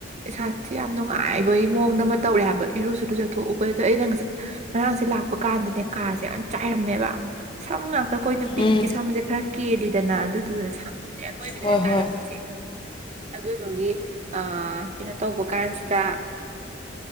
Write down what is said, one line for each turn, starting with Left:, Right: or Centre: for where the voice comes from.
Right: ꯏꯁꯥꯁꯦ ꯌꯥꯝ ꯅꯨꯡꯉꯥꯏꯕꯒꯤ ꯃꯑꯣꯡꯗ ꯑꯃ ꯇꯧꯔꯦ ꯍꯥꯏꯕ ꯏꯔꯨꯁꯨ ꯊꯣꯛꯎꯕꯗꯨꯗ ꯑꯩꯅ ꯉꯁ ꯉꯔꯥꯡꯁꯦ ꯂꯥꯛꯄ ꯀꯥꯟꯗꯅꯦ ꯀꯥꯁꯦ ꯌꯥꯝ ꯆꯥꯏꯔꯝꯃꯦꯕ ꯁꯝ ꯉꯥꯛꯇ ꯑꯩꯈꯣꯏ ꯅꯨꯄꯤꯗꯤ
Left: ꯎꯝ
Right: ꯁꯝꯁꯦ ꯈꯔ ꯀꯦꯜꯂꯤꯗꯅ ꯑꯗꯨꯗꯨꯅ ꯁꯝꯁꯦ ꯑꯔꯣꯏꯕꯗꯨꯗ
Left: ꯍꯣꯏ
Right: ꯇꯥꯔꯝꯃꯤꯁꯦ
Left: ꯍꯣꯏ
Right: ꯑꯗꯨꯗꯨꯒꯤ ꯀꯩꯅꯣ ꯇꯧꯕ ꯀꯥꯟꯁꯤꯗ